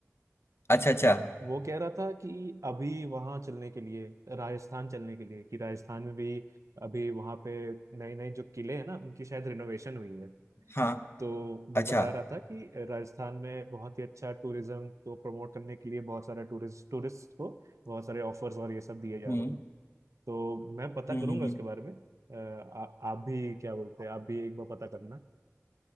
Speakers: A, on the left; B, on the right.
A: अच्छा अच्छा
B: वो कह रहा था कि अभी वहाँ चलने के लिए राजस्थान चलने के लिए कि राजस्थान में भी अभी वहाँ पे नए नए जो किले हैं ना उनकी शायद रिनोवेशन हुई है
A: हाँ
B: तो वो
A: अच्छा
B: बता रहा था कि राजस्थान में बहुत ही अच्छा टूरिज्म को प्रमोट करने के लिए बहुत सारा टूरिस्ट टूरिस्ट को बहुत सारे ऑफर्स और ये सब दिए जा
A: हम्म
B: रहे हैं तो मैं पता
A: हम्म
B: करूंगा
A: हम्म, हम्म।
B: उसके बारे में अ, आ, आप भी क्या बोलते हैं आप भी एक बार पता करना